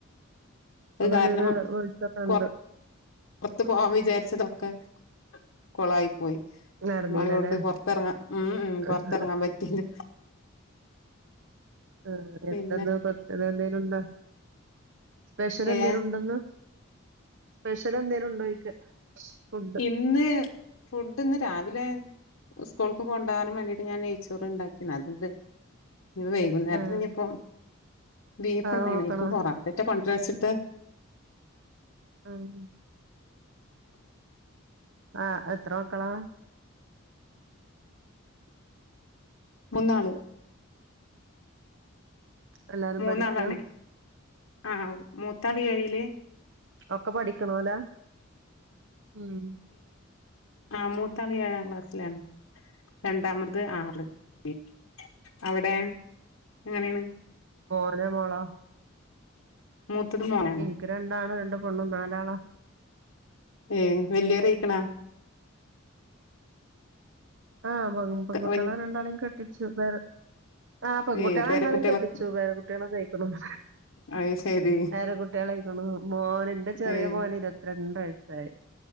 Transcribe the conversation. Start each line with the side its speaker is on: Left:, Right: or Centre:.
Left: അത്
Right: അങ്ങനെ
Left: കാരണം
Right: ഒരു വെളിച്ചൊക്കെ
Left: പോ
Right: ഉണ്ട്
Left: പുറത്ത പോവാാൻ വിചാരിച്ചതൊക്കെ കൊളായി പോയി.
Right: നടന്നീലല്ലേ
Left: മഴണ്ട് പുറത്തിറങ്ങാ ഉം
Right: ആഹ്
Left: പൊറത്തിറങ്ങാൻ പറ്റില്ല.
Right: ഏഹ് എന്തെന്നാ
Left: പിന്നെ
Right: പ്രത്യേക എന്തേനും ഉണ്ട. സ്പെഷ്യൽ എന്തേലും
Left: ഏഹ്
Right: ഉണ്ടെന്ന്. സ്പ പെഷ്യൽ എന്തെങ്കിലും ഉണ്ടോയിക്ക. ഫുഡ്‌.
Left: ഇന്ന് ഫുഡ് ഇന്ന് രാവിലെ സ്കൂൾക്ക് കൊണ്ടാകാൻ വേണ്ടിട്ട് ഞാൻ നെയ്ച്ചോറ് ഉണ്ടാക്കി അത് ഇ ഈ വൈകുന്നേരത്തി
Right: ആഹ്
Left: ഇനിയിപ്പോ ബീഫ്
Right: ആഹ്
Left: ഉണ്ടായിനി
Right: നോക്കണോ
Left: പൊറത്തട്ട കൊ ണ്ടറിച്ചിടെ
Right: ആഹ് ആഹ് എത്ര മക്കളെ
Left: മൂന്നാള്
Right: എല്ലാരും
Left: മൂന്നാളാണേ
Right: പഠിക്ക
Left: ആഹ് മൂത്താള എഴിലെ
Right: ഒക്കെ പഠിക്കളല ഉം
Left: ആ മൂത്താള ഏഴാം ക്ലാസ്സിലാണ്. രണ്ടാമത് ആറ് ലെ അവിടെ എങ്ങനെയാണ്.
Right: മോന മോള.
Left: മൂത്തത് മോനാണ്
Right: എനിക്ക് രണ്ടാണോ രണ്ട പെണ്ണും നാലാളോ.
Left: ഏ വലിയരായികാണാ
Right: ആഹ് പെങ്കു പെങ്കുട്ടികളെ
Left: വൽ
Right: രണ്ടാളേം കെട്ടിച്ചു വേറെ- ആഹ് പെൺകുട്ടികളെ
Left: ഏഹ് പേരക്കുട്ടികളൊക്കെ
Right: എന്തായാലും കെട്ടിച്ചു വേറെ കുട്ടികളെ കഴിക്കണം-
Left: അത് ശരി
Right: വേറെ കുട്ടികളായിക്കണു മോൻ എന്റെ ചെറിയ
Left: ഏഹ്
Right: മോന് ഇരുപത്തിരണ്ട വയ സായ്